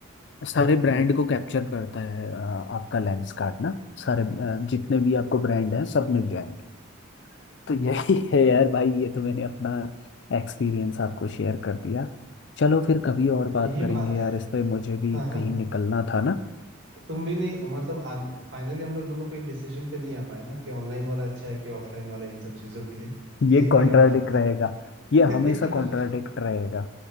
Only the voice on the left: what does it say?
सारे ब्रांड को कैप्चर करता है अ, आपका लेंस कार्ड ना सारे अ, जितने भी आपको ब्रांड हैं सब मिल जाएंगे तो यही <laughs> है यार भाई ये तो मैंने अपना एक्सपीरियंस आपको शेयर कर दिया चलो फिर कभी और बात
करेंगे
यार
इस पे मुझे
भी कहीं निकलना था ना
ये
कॉन्ट्राडिक्ट
रहेगा
ये हमेशा
कॉन्ट्राडिक्ट रहेगा